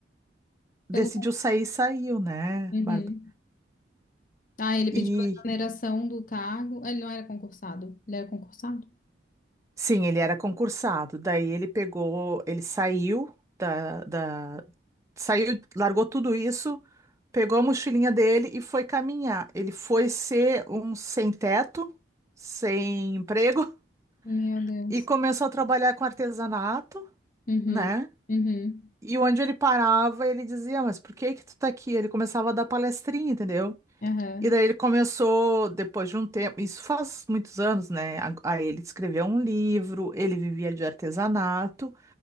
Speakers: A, on the right; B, on the left.
A: decidiu
B: Pelo...
A: sair, saiu, né,
B: Uhum.
A: Bárbara?
B: Ah, ele
A: E
B: pediu a exoneração do cargo. Ele não era concursado. Ele era concursado?
A: sim, ele era concursado. Daí ele pegou, ele saiu da, da, saiu, largou tudo isso, pegou a mochilinha dele e foi caminhar. Ele foi ser um sem teto, sem emprego
B: Meu
A: <laughs>
B: Deus.
A: e começou a trabalhar com artesanato,
B: Uhum.
A: né?
B: Uhum.
A: E onde ele parava, ele dizia, mas por que que tu tá aqui? Ele começava a dar palestrinha, entendeu?
B: Aham.
A: E daí ele começou, depois de um tempo, isso faz muitos anos, né? A- Aí ele escreveu um livro, ele vivia de artesanato.